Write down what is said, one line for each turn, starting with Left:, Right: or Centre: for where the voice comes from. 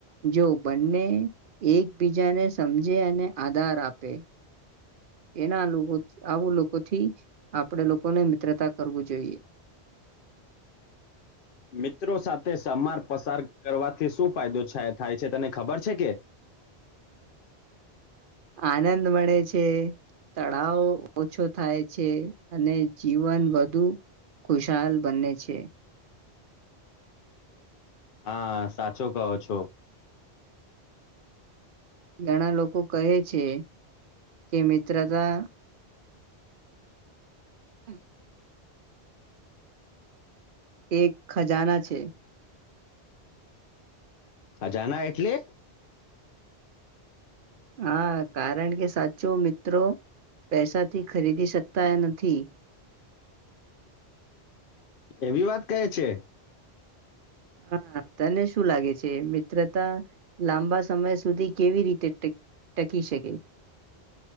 Right: જો બંને એકબીજાને સમજે અને આધાર આપે એના લોકો આવું લોકોથી આપણેે લોકોને મિત્રતા કરવું જોઈએ
Left: મિત્રો સાથે સમાર પસાર કરવાથી શું ફાયદો થાય છે તને ખબર છે કે
Right: આનંદ મળે છે તળાવ ઓછો થાય છે અને જીવન વધુ ખુશાલ બને છે
Left: હા સાચો કહો છો
Right: ઘણા લોકો કહે છે કે મિત્રતા હમ એક ખજાના છે
Left: અજાના એટલે
Right: હા કારણ કે સાચું મિત્રો પૈસાથી ખરીદી શકતા એ નથી
Left: એવી વાત કહે છે
Right: હા તને શું લાગે છે મિત્રતા લાંબા સમય સુધી કેવી રીતે ટક ટકી શકે